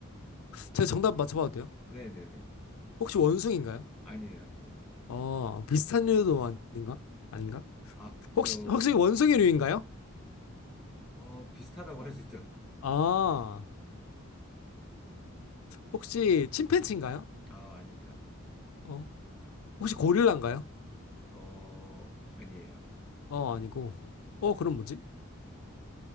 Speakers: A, on the left (about 80°); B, in the centre.
A: 제가 정답 맞춰봐도 돼요?
B: 네네네.
A: 혹시 원숭이인가요?
B: 아니에요, 아니에요.
A: 어, 비슷한 류도 아닌가? 아닌가?
B: 아,
A: 혹시,
B: 그,
A: 혹시 원숭이류인가요?
B: 어, 비슷하다고 할 수 있죠?
A: 아, 혹시 침팬지인가요?
B: 아, 아닙니다.
A: 어, 혹시 고릴라인가요?
B: 어, 아니에요.
A: 어, 아니고. 어, 그럼 뭐지?